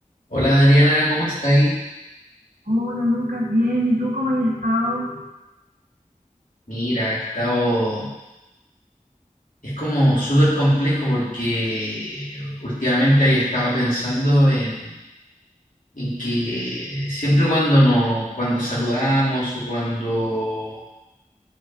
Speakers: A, on the left; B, on the right.
A: Hola Adriana, ¿cómo está ahí?
B: Hola Lucas, bien, ¿y tú cómo has estado?
A: Mira, he estado... Es como súper complejo porque últimamente había estado pensando en, en que siempre cuando, no, cuando saludamos o cuando,